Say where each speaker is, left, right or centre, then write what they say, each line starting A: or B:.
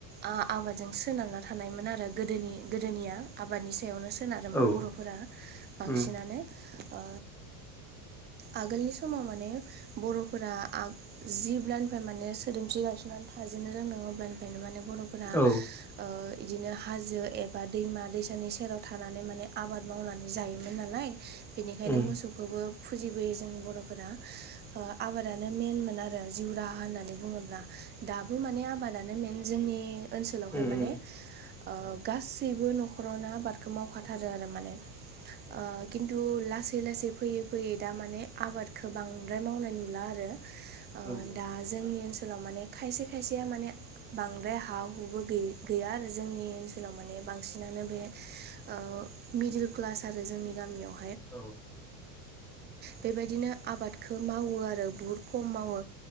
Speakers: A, on the right; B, in the centre.
A: ओ आबादजों सोनारना थानायमोन आरो गोदोनि गोदोनिया आबादनि सायावनो सोनारोमोन
B: औ
A: बर'फोरा बांसिनानो
B: उम
A: ओ आगोलनि समाव माने बर'फोरा आ जेब्लानिफ्राय माने सोदोमस्रि गायसनानै थाजेननो रोंदों अब्लानिफ्रायनो माने बर'फोरा
B: औ
A: ओ इदिनो हाजो एबा दैमा दैसानि सेराव थानानै माने आबाद मावना जायोमोन नालाय बेनिखायनो
B: उम
A: मोसौखौबो फुजिबोयो जोंनि बर'फोरा ओ आबादानो मेनमोन आरो जिउ राहा होननानै बुङोब्ला दाबो माने आबादानो मेन जोंनि ओनसोलावहाय
B: उम
A: माने
B: उम
A: ओ गासैबो नखरावनो आबादखौ मावखाथारो आरो माने ओ किन तु लासै लासै फैयै फैयै दा माने आबादखो बांद्राय मावनाय नुला आरो ओ
B: औ उम उम
A: दा जोंनि ओनसोलाव माने खायसे खायसेया माने बांद्राय हा हुबो गै गैया आरो जोंनि ओनसोलाव माने बांसि नानो बे ओ मिडिल क्लास आरो जोंनि गामियाव
B: औ
A: बेबायदिनो आबादखौ मावो आरो बुहुद खम मावो।